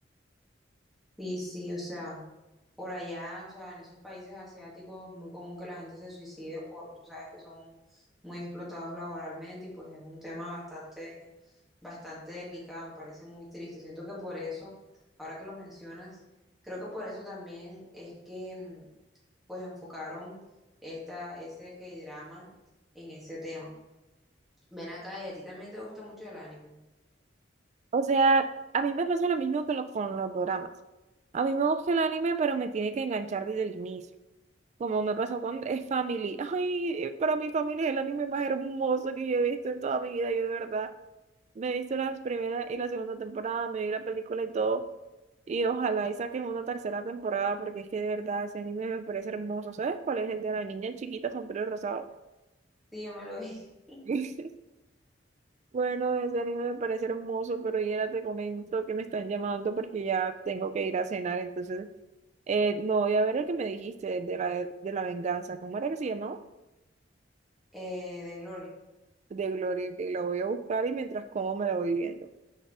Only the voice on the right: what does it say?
O sea, a mí me pasa lo mismo que lo- con los doramas. A mí me gusta el anime, pero me tiene que enganchar desde el inicio. Como me pasó con eh, Family. <laughs> Ay, para mi familia es el anime más hermoso que yo he visto en toda mi vida. Yo de verdad me he visto las primeras y la segunda temporada, me vi la película y todo. Y ojalá y saquen una tercera temporada, porque es que de verdad ese anime me parece hermoso. ¿Sabes cuál es el de la niña chiquita con pelo rosado?
<laughs> Bueno, ese anime me parece hermoso, pero ya te comento que me están llamando porque ya tengo que ir a cenar, entonces eh, no voy a ver el que me dijiste de la, de la venganza. ¿Cómo era que se llamaba?
De Gloria, que la voy a buscar y mientras como me la voy viendo.